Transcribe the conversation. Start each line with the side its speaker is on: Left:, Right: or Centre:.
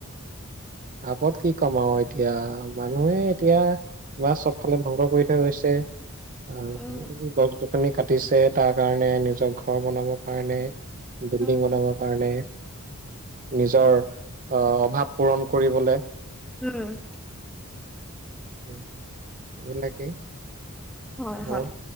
Right: আগত কি কম আও এতিয়া মানুহে এতিয়া বাছ চবফালে ধ্বংস কৰি থৈ গৈছে। আহ
Centre: উম,
Right: গছ গছনি কাটিছে তাৰ কাৰণে নিজৰ ঘৰ বনাবৰ কাৰণে। বিল্ডিং
Centre: উম।
Right: বনাবৰ কাৰণে নিজৰ আহ অভাৱ পূৰণ কৰিবলে।
Centre: উম
Right: উম সেইটি
Centre: হয়, হয়।
Right: উ